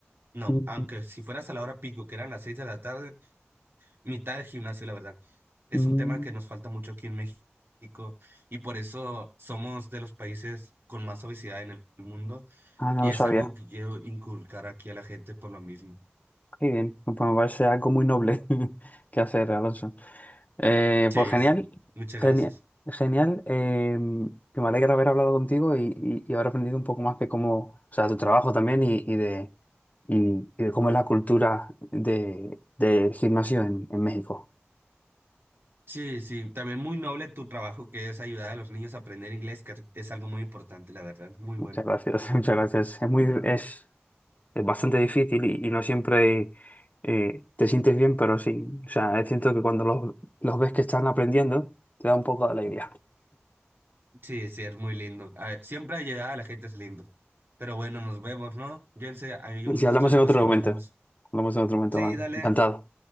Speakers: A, on the right; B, on the left.
A: No,
B: Mm,
A: aunque si fueras a la hora pico, que eran las seis de la tarde, mitad del gimnasio, la verdad. Es
B: mm.
A: un tema que nos falta mucho aquí en México y por eso somos de los países con más obesidad en el mundo
B: Ah, no
A: y
B: lo
A: es
B: sabía.
A: algo que quiero inculcar aquí a la gente por lo mismo.
B: Qué bien. Pues me parece algo muy noble <laughs> que hacer, Alonso. Eh,
A: Sí,
B: pues genial,
A: sí, muchas
B: genial,
A: gracias.
B: genial. eh, que me alegra haber hablado contigo y, y, y haber aprendido un poco más de cómo, o sea, tu trabajo también y, y de, y, y de cómo es la cultura de, del gimnasio en, en México.
A: Sí, sí, también muy noble tu trabajo que es ayudar a los niños a aprender inglés, que es algo muy importante, la verdad, muy
B: Muchas
A: bueno.
B: gracias, <laughs> muchas gracias. Es muy, es, es bastante difícil y, y no siempre eh, te sientes bien, pero sí, o sea, siento que cuando los, los ves que están aprendiendo, te da un poco de alegría.
A: Sí, sí, es muy lindo. A ver, siempre llegada la gente es lindo. Pero bueno, nos vemos, ¿no? sé, hay un
B: Si
A: gusto,
B: hablamos
A: después
B: en otro
A: hablamos.
B: momento, hablamos en otro momento,
A: Sí,
B: Blanca.
A: dale.
B: Encantado.